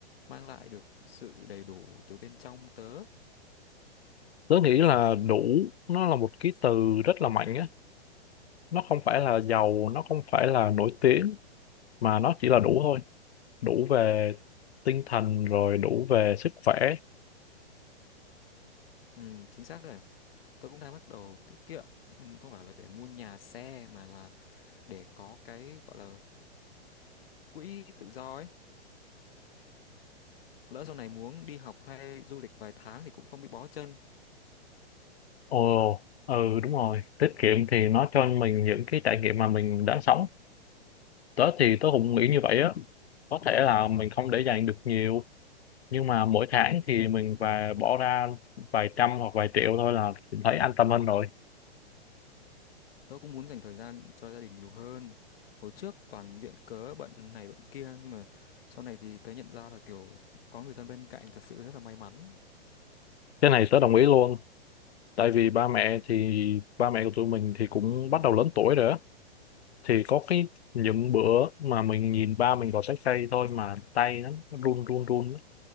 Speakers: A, on the left; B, on the left.
A: mang lại được sự đầy đủ từ bên trong tớ.
B: tớ nghĩ là đủ nó là một cái từ rất là mạnh á nó không phải là giàu nó không phải là nổi tiếng mà nó chỉ là đủ thôi đủ về tinh thần rồi đủ về sức khỏe
A: Ừ, chính xác đấy. Tớ cũng đang bắt đầu tiết kiệm, ừ, không phải là để mua nhà xe mà là để có cái gọi là quỹ tự do ấy. lỡ sau này muốn đi học hay du lịch vài tháng thì cũng không bị bó chân
B: ồ ừ đúng rồi tiết kiệm thì nó cho mình những cái trải nghiệm mà mình đã sống tớ thì tớ cũng nghĩ như vậy á có thể là mình không để dành được nhiều nhưng mà mỗi tháng thì mình và bỏ ra vài trăm hoặc vài triệu thôi là mình thấy an tâm hơn rồi
A: tớ cũng muốn dành thời gian cho gia đình nhiều hơn hồi trước toàn viện cớ bận này bận kia nhưng mà sau này thì tớ nhận ra là kiểu có người thân bên cạnh thật sự rất là may mắn
B: cái này tớ đồng ý luôn tại vì ba mẹ thì ba mẹ của tụi mình thì cũng bắt đầu lớn tuổi rồi á thì có cái những bữa mà mình nhìn ba mình gọt trái cây thôi mà tay nó run run run á,